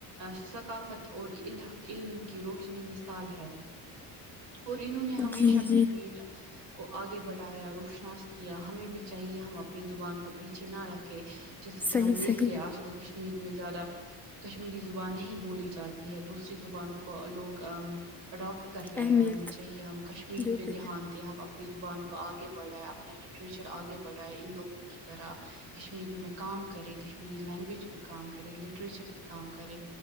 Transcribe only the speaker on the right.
ثقافت اور عل علم کی روشنی مثال ہے اور انہوں نے ہمیشہ
کشمیر کو آگے بڑھایا روشناس کیا ہمیں بھی چاہیے ہم اپنی زبان کو پیچھے نہ رکھے جیسے کی
ہم دیکھ
رہے ہیں آج کل کشمیر میں زیادہ کشمیری زبان نہیں بولی جاتی ہے دوسری زبانوں کو لوگ اڈاپٹ کر رہے
ہیں ہمیں چاہیے ہم کشمیر
پے دھیان
تے ہم اپنی زبان کو آگے بڑھائیں اپنا لٹریچر آگے بڑھائیں ان لوگوں کی طرح کشمیری میں کام کرے کشمیری لینگویج پہ کام کرے لٹریچر پہ کام کرے